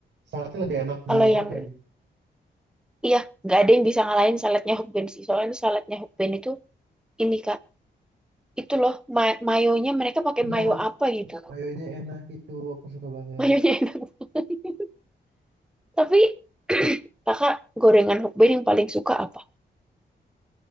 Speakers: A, on the right (about 85°); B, in the centre.
A: saladnya lebih enak
B: kalau
A: di Hokpin.
B: yang iya nggak ada yang bisa ngalahin saladnya Hokben sih soalnya saladnya Hokben itu ini kak itu loh ma- mayonya mereka pakai
A: Iya,
B: mayo apa gitu
A: mayonya enak gitu. Aku suka banget.
B: mayonya enak <laughs> tapi <clears throat> kakak gorengan Hokben yang paling suka apa